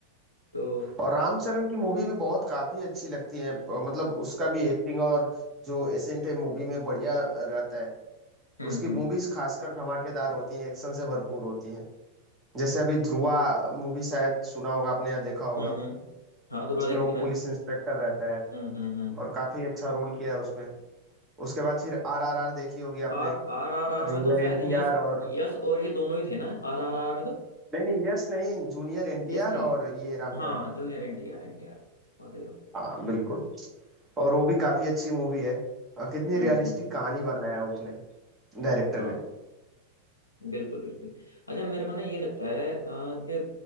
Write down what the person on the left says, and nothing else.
तो
हम्म
हम्म
हम्म हम्म हाँ धुरा
देखी
थी मैंने
हम्म हम्म हम्म
आर आर आर आर
में तो शायद
यश
यश और ये दोनों ही थे ना आर आर आर में तो
यश नहीं है
हाँ junior N T R N T R और
हम्म
हम्म
हाँ
बिल्कुल बिल्कुल अच्छा मेरे को ना ये लगता है अ, कि